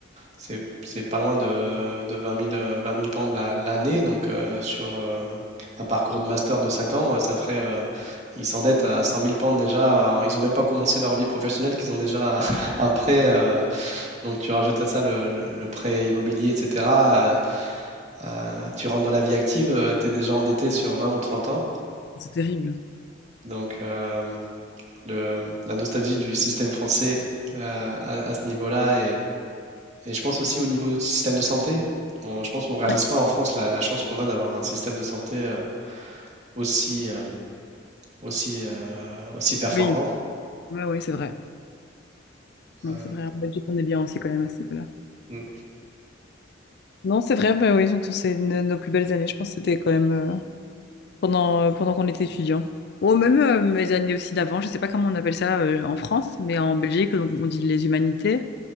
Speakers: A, on the right (about 35°); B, on the left (about 55°).
A: c'est, c'est pas loin de, de 20 000, euh, 20 000 pounds la- l'année. Donc, euh, sur euh, un parcours de master de 5 ans, euh, ça ferait. euh, ils s'endettent à 100 000 pounds déjà. euh, Ils ont même pas commencé leur vie professionnelle, qu'ils ont déjà <laughs> un, prêt. euh, donc, tu rajoutes à ça le, le- prêt immobilier, etc. euh, euh, tu rentres dans la vie active, tu es déjà endetté sur 20 ou 30 ans.
B: c'est terrible.
A: Donc, euh, le- la nostalgie du système français euh, à, à ce niveau-là Et je pense aussi au niveau du système de santé. On- je pense qu'on ne réalise
B: Ouais.
A: pas en France la, la chance qu'on a d'avoir un système de santé euh, aussi, euh, aussi, euh, aussi performant.
B: Oui, ouais, ouais, c'est vrai. Non,
A: Euh,
B: c'est vrai. En Belgique, on est bien aussi quand même à ce niveau-là.
A: mm.
B: Non, c'est vrai, bah oui, donc c'est nos nos plus belles années, je pense que c'était quand même euh, pendant, euh, pendant qu'on était étudiant. Ou même euh, mes années aussi d'avant, je sais pas comment on appelle ça euh, en France, mais en Belgique, donc, on dit les humanités.